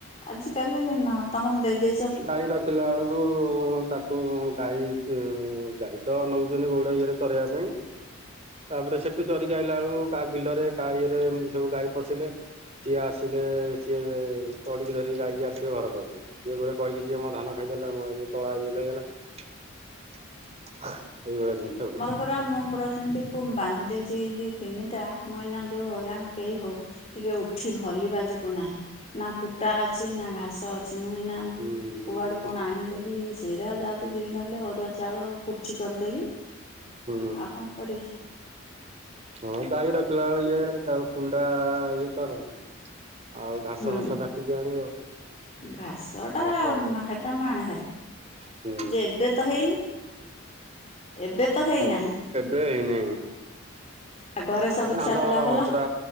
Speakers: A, on the left; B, on the right.
A: ଆଜ କାଲି ନା ତମର ଦେଇ ଦେ
B: ଗାଈ ରଖିଲା ବେଳକୁ ତାକୁ ଗାଈ ଗାଈ ତ ନେଉଛନ୍ତି ବଉଡ଼ ଇଏରେ ଚରାଇବା ପାଇଁ ତାପରେ ସେଠୁ ଚରିକି ଆଇଲା ବେଳକୁ କା ବିଲରେ କା ଇଏରେ ଏମିତି ସବୁ ଗାଈ ପଶିଲେ। ସିଏ ଆସିଲେ ସିଏ ତଡ଼ିକି ଧରିକି ଗାଇକି ଆସିବେ ଘର ପାଖକୁ ଇଏ ଗୋଟେ କହିକି ଯଏ ମୋ ଧାନ ଖାଇଦାରଲା ମୋ ଇଏ ତଳା ଇଏ ହେଇଗଲା। ଏଇ ଭଳିଆ ଜିନିଷ ହୁଏ।
A: ପୁରା ମୁଁ ପୁରା ସେମିତି ବାନ୍ଧି ଦେଇଛି ଦି ତିନିଟା ମଇନା ଯୋଉ ହଇରାଣ କେହି ହଉ ଟିକେ ଉ ଏଠି ଭଲ ବାଜକୁ ନାହିଁ ନା କୁଟା ଅଛି ନା ଘାସ ଅଛି ମୁଁ ଇନା
B: ହୁଁ ହୁଁ
A: କୁଆଡୁ କଣ ଆଣ ବୋଲି ସେଇଟା ଯାଉଛି ଯିବି ନହେଲେ ଅରୁଆ ଚାଉଳ କୁର୍ଚି କରିଦେବି।
B: ହୁଁ
A: ଆଉ କଣ କରି
B: ହଁ ଗାଈ ରଖିଲା ବେଳଳେ ଇଏ ତାଉ କୁଣ୍ଡା ଇଏ କର ଆଉ ଘାସ
A: ହୁଁ
B: ଫାସ କାଟିକି ଆଣିବ।
A: ଘାସ
B: ମାନେ
A: ଟା
B: ପୁରା
A: ହେଟା ମାଣ ହାରି
B: ହୁଁ
A: ଯେ ଏବେ ତ ହେଇନି ଏବେ ତ ହେଇନାହିଁ
B: ହଁ ଏବେ ହେଇନି
A: ଆଉ ଘରେ ସବୁ
B: ଧାନ
A: ଛୁଆ ପିଲା ଭଲ
B: ପୁରା